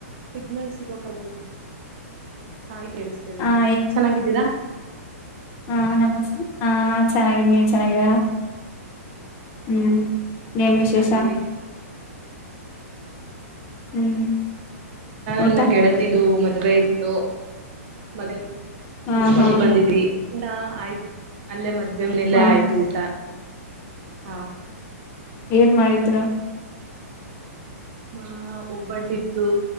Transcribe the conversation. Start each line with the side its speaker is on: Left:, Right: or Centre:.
Right: ಸಿಗ್ನಲ್ ಸಿಗೋಕಾಗದು ಹಾ ಕೇಳಿಸ್ತೇದೆ
Left: ಹ
Right: ಹೇಳಿ ಚೆನ್ನಾಗಿದ್ದೀರಾ
Left: ಹಾ ನಮಸ್ತೆ ಹಾ ಚೆನ್ನಾಗಿದನಿ ನೀವ ಚೆನ್ನಾಗಿದ ಹ್ಮ್
Right: ಹಾ
Left: ಏನ್
Right: ಚೆನ್ನಾಗೀದಿವಿ
Left: ವಿಶೇಷ ಹ್ಮ್ ಊಟ
Right: ನ್ನ ಗೆಳತಿದು ಮತ್ತೆ ಮದುವೆ ಇತ್ತು ಮತ್ತೆ
Left: ಹಾ
Right: ಮುಗಸಕೊಂಡಿ
Left: ಹಾ
Right: ಬಂದಿದವಿ ಟಾ ಆಯ್ತು ಅಲ್ಲೇ ಮದ್ವೆ ಮನೆ ಅಲ್ಲೆ
Left: ಹಾ
Right: ಆಯ್ತು ಊಟ ಹಾ
Left: ಏನ್ ಮಾಡಿದರು
Right: ಹ ಒಬ್ಬಟ್ಟಿತ್ತು